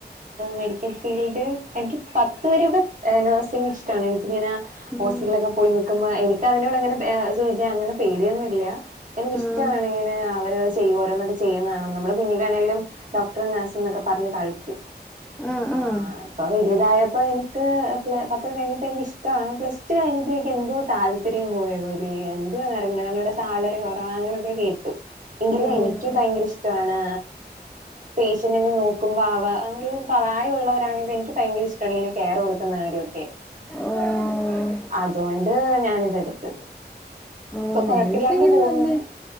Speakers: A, on the right; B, in the centre.
A: മെഡിക്കൽ ഫീൽഡ് എനിക്ക് പത്ത വരൊക്കെ നേഴ്സിംഗ ഇഷ്ടമാണ് എനിക്ക് ഇങ്ങനെ
B: ഉം
A: ഹോസ്പിറ്റലിലൊക്കെ പോയി നിക്കുമ്പോ എനിക്കതിനോട് അങ്ങനെ അങ്ങനെ പേടിയൊന്നും ഇല്ല എനിക്ക ഇഷ്ടമാണ്
B: ആഹ്
A: ഇങ്ങനെ അവര് ചെയ്യും ഓരോന്നൊക്കെ ചെയ്യുന്ന കാണുമ്പ നമ്മുടെ കുഞ്ഞിലാണെങ്കിലും ഡോക്ടർ നഴ്സ് നക്ക പറഞ്ഞ് കളിക്കു
B: ആഹ്
A: ആ
B: ആഹ്
A: ഇപ്പ വലുതായ ഇപ്പൊ എനിക്ക് പത്ത്കഴിഞ്ഞപ്പോ എനിക്ക് ഇഷ്ടമാണ് പ്ലസ് ടു കഴിഞ്ഞപ്പോേക്ക് എന്തോ താല്പര്യം പോയ പോല എന്തു വന്ന അറിയല്ലഅവിടെ സാലറി കുറവാങ്ങനൊക്കെ കേട്ടു എങ്കിലും
B: ഓഹ്
A: എനിക്ക് ഭയങ്കര ഇഷ്ടമാണ് പക്ഷങ്കി നോക്കുമ്പോ ആ അവ ഒരു പ്റായ ഉുള്ളവരാണെങ്കിൽ എനിക്ക് ഭയങ്കര ഇഷ്ടമാണ് ഇങ്ങനെ കെയർ കൊടുക്കുന്ന കാര്യൊക്ക
B: ഓഹ്
A: ക്കെഅതുകൊണ്ട് ഞാനിതെടുത്തത്
B: ഓഹ്
A: ഇപ്പൊ കൊഴപ്പില്ലാണ്ട്
B: നഴ്സിങ്ങിന്
A: പോകുന്നു
B: വല്യ